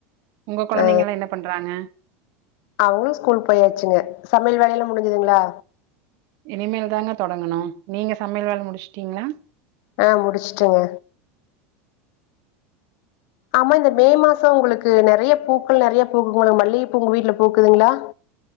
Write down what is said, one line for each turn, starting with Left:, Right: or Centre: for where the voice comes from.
Right: உங்க கொழந்தைங்கல்லா
Left: ஆ
Right: என்ன பண்றாங்க
Left: அவங்களு ஸ்கூல் போயாச்சுங்க சமையல் வேலையல்லா முடிஞ்சுதுங்களா
Right: இனிமேல் தாங்க தொடங்கணு நீங்க சமையல் வேல முடிச்சுட்டீங்களா
Left: ஆ முடிச்சுட்டங்க ஆமா இந்த மே மாசோ உங்களுக்கு நெறைய பூக்கள் நெறைய பூக்குமல்ல மல்லிகப்பூ உங்க வீட்டுல பூக்குதுங்களா